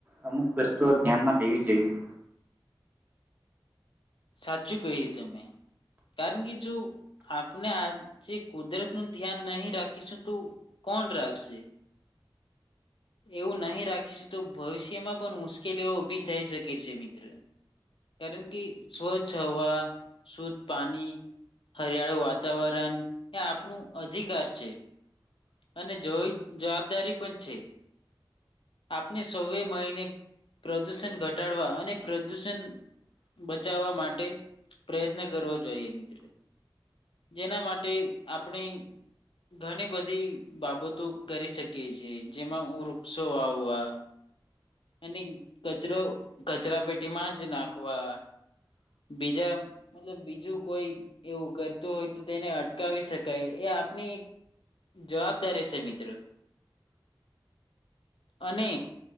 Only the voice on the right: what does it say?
અમુક વસ્તુઓ ધ્યાનમાં લેવી જોઈએ.